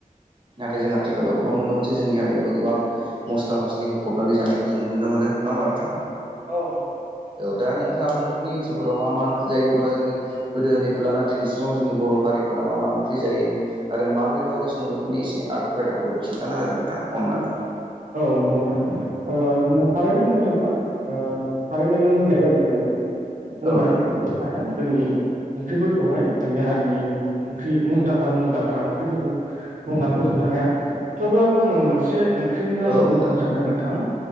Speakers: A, on the right; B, on the right.
A: नाथाय जों आथिखालाव गोबां
B: नोंथां
A: नुनो मोनसै जोंनि हारियाबो गोबां मस्ला मस्लि होफबनानै जानायखौ जों नुनो मोनो नङा होमबा नोंथां
B: औ औ।
A: औ दा नोंथा आ नोंथांनि ओनसोल फोराव मा मा ओंख्रि जायो बा जोंनि गोदोनिफ्राय लाना दिनैसिमाव जोंनि बर' हारिफोरा मा मा ओंख्रि जायो आरो माबोरै माबोरै संङो बेफोरनि एसे आदब खायदाफोरखौ खिन्थाना होदो नोंथां अन्नानै
B: औ नंगौ नोंथां ओ थारैनो नंगौ नोंथां ओ थारैनो नों होननाय बेबायदिनो बुंनानै
A: औ नोंथां
B: फैनो हाया जोंनि ओंख्रिफोरखौहाय जोंनि हारिनि ओंख्रि मुंदांखा मुंदांखा ओंख्रिफोरखौ बुंना फोजोबनो हाया थेवब्लाबो आङो मोनसे ख्रिनि नामखौ
A: औ
B: मख'नो
A: नोंथां
B: सानदों नोंथां